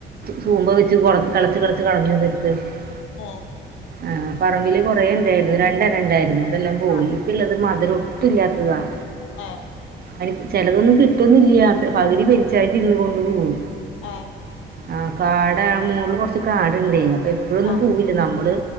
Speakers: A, on the right; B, on the left.
A: തൂമ്പ വെച്ച് കളച്ച്, കിളച്ച് കളഞ്ഞു. <unintelligible>
B: ഉം.
A: ആഹ പറമ്പില് കൊറേണ്ടായിരുന്നു, രണ്ടനണ്ടായിരുന്നു, അതെല്ലാം പോയി.
B: ആഹ്
A: ള്ളത് മധുരൊട്ടുല്ലാത്തതാ-
B: ആഹാ.
A: അനി ചെലതൊന്നും കിട്ട്ന്നില്ല, പകുതി പെരിച്ചായി ഇന്ന് കൊണ്ടു പോവും.
B: ഹേ.
A: ആഹാ കാട മോള്ല് കൊറച്ച് കാടുണ്ടേ, അപ്പോ എപ്പോഴൊന്നും
B: ആഹ്
A: പോവില്ല നമ്മള്.